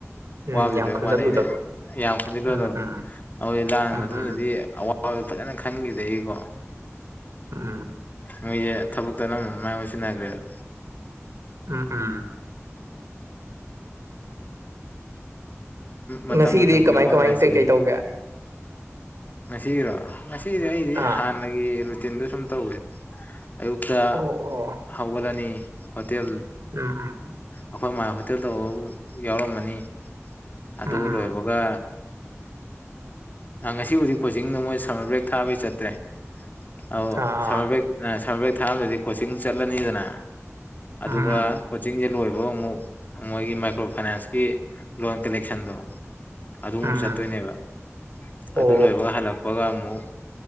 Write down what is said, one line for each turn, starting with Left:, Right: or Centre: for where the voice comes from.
Right: ꯎꯝ
Left: ꯑꯕꯨꯗꯤ
Right: ꯌꯥꯝ
Left: ꯂꯣꯏ
Right: ꯈꯟꯖꯜꯂꯨꯗꯕꯗꯣ
Left: ꯋꯥꯅꯩꯅꯦ ꯌꯥꯝ ꯈꯟꯗꯤꯗ꯭ꯔꯗꯕꯗꯣ
Right: ꯎꯝ ꯎꯝ
Left: ꯑꯗꯨ ꯂꯥꯟ
Right: ꯎꯝ
Left: ꯃꯇꯨꯡꯗꯗꯤ
Right: ꯎꯝ
Left: ꯑꯋꯥꯕ ꯐꯖꯅ ꯈꯡꯒꯤꯕꯗꯩꯀꯣ
Right: ꯎꯝ
Left: ꯃꯣꯏꯁꯦ ꯊꯕꯛꯇ ꯅꯝꯕꯗ ꯃꯥꯢ ꯑꯣꯟꯁꯤꯟꯅꯒꯔꯤꯗꯣ
Right: ꯎꯝ ꯎꯝ
Left: ꯃꯇꯝ
Right: ꯉꯁꯤꯒꯤꯗꯤ
Left: ꯃꯇꯝꯒꯤ
Right: ꯀꯃꯥꯏ
Left: ꯑꯋꯟꯕ
Right: ꯀꯃꯥꯏ
Left: ꯍꯥꯏꯁꯤꯅꯦ
Right: ꯀꯩꯀꯩ ꯇꯧꯒꯦ
Left: ꯉꯁꯤꯒꯤꯔꯣ ꯉꯁꯤꯗꯤ ꯑꯩꯗꯤ
Right: ꯑꯥ
Left: ꯍꯥꯟꯅꯒꯤ ꯔꯨꯇꯤꯟꯗꯨ ꯁꯨꯝ ꯇꯧꯋꯤ ꯑꯌꯨꯛꯇ
Right: ꯑꯣ ꯑꯣ
Left: ꯍꯧꯒꯠꯂꯅꯤ ꯍꯣꯇꯦꯜ
Right: ꯎꯝ ꯎꯝ
Left: ꯑꯩꯈꯣꯏ ꯃꯥ ꯍꯣꯇꯦꯜ ꯇꯧꯕ ꯌꯥꯎꯔꯝꯃꯅꯤ ꯑꯗ
Right: ꯎꯝ
Left: ꯎꯂꯦꯕꯒ
Right: ꯎꯝ
Left: ꯑ ꯉꯁꯤꯕꯨꯗꯤꯛ ꯀꯣꯆꯤꯡꯗꯣ ꯃꯣꯏ ꯁꯝꯃꯔ ꯕ꯭ꯔꯦꯛ ꯊꯥꯕꯩ ꯆꯠꯇ꯭ꯔꯦ ꯑꯧ
Right: ꯑꯥ
Left: ꯁꯝꯃꯔ ꯕꯦꯛ ꯁꯝꯃꯔ ꯕ꯭ꯔꯦꯛ ꯊꯥꯔꯝꯗꯗꯤ ꯀꯣꯆꯤꯡ ꯆꯠꯂꯅꯤꯗꯅ ꯑꯗꯨꯒ
Right: ꯎꯝ ꯎꯝ
Left: ꯀꯣꯆꯤꯡꯁꯦ ꯂꯣꯏꯕ ꯕꯣ ꯑꯃꯨꯛ ꯃꯣꯏꯒꯤ ꯃꯥꯏꯀ꯭ꯔꯣ ꯐꯥꯏꯅꯥꯟꯁꯀꯤ ꯂꯣꯟ ꯀꯂꯦꯛꯁꯟꯗꯣ ꯑꯗꯨꯃꯨꯛ
Right: ꯎꯝ
Left: ꯆꯠꯇꯣꯏꯅꯦꯕ
Right: ꯎꯝ ꯑꯣ
Left: ꯑꯗꯨ ꯂꯣꯏꯕꯒ ꯍꯜꯂꯛꯄꯒ ꯑꯗꯨꯒ ꯑꯃꯨꯛ